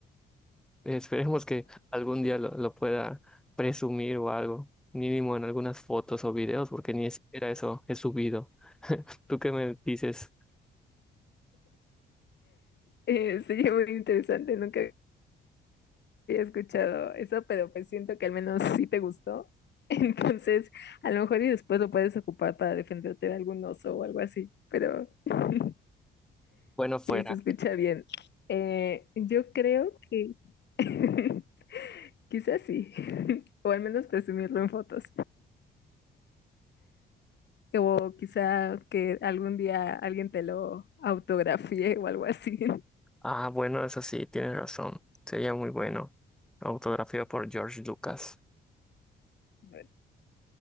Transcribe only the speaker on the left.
Eh, sería muy interesante, nunca había escuchado eso, pero pues siento que al menos sí te gustó. <laughs> Entonces, a lo mejor y después lo puedes ocupar para defenderte de algún oso o algo así, pero <laughs>
sí se escucha bien. Eh, yo creo que <laughs> quizás sí, <laughs> o al menos presumirlo en fotos, o quizá que algún día alguien te lo autografíe o algo así. <laughs>
Bueno,